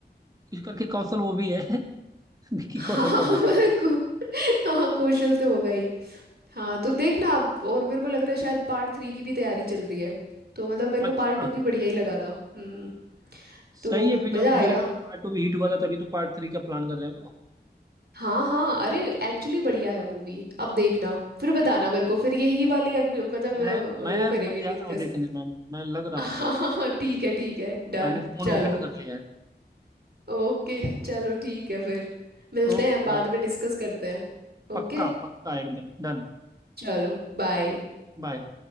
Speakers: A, on the right; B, on the right.
A: कुछ करके कौशल वो भी है <laughs> विकी
B: हाँ
A: कौशल
B: <laughs>
A: का भाई
B: मैं
A: है
B: को, हाँ कौशल तो होगा ही हाँ तो देखना आप और मेरे को लग रहा है शायद पार्ट थ्री की भी तैयारी चल रही है तो मतलब मेरे को
A: अच्छा
B: पार्ट टू भी बढ़िया ही लगा था हम्म
A: सही
B: तो
A: है फिर
B: मज़ा
A: जब
B: आएगा
A: मुझे लगता है पार्ट टू भी हिट हुआ था तभी तो पार्ट थ्री का प्लान कर रहे हैं वो
B: हाँ हाँ अरे एक्चुअली बढ़िया है मूवी अब देखना फिर बताना मेरे को फिर यही वाली अग, मतलब अ,
A: मैं मैं
B: वो करेंगे
A: मैं जा
B: डिस्कस
A: रहा हूँ देखने में मैं लग
B: <laughs>
A: रहा
B: हाँ
A: हूँ
B: हाँ हाँ, ठीक है ठीक है डन
A: मैंने फोन
B: चलो
A: ओपन कर लिया है
B: ओके चलो ठीक है फिर मिलते
A: Okay
B: हैं
A: bye
B: बाद में डिस्कस करते हैं
A: पक्का
B: ओके
A: पक्का एकदम डन
B: चलो बाय
A: बाय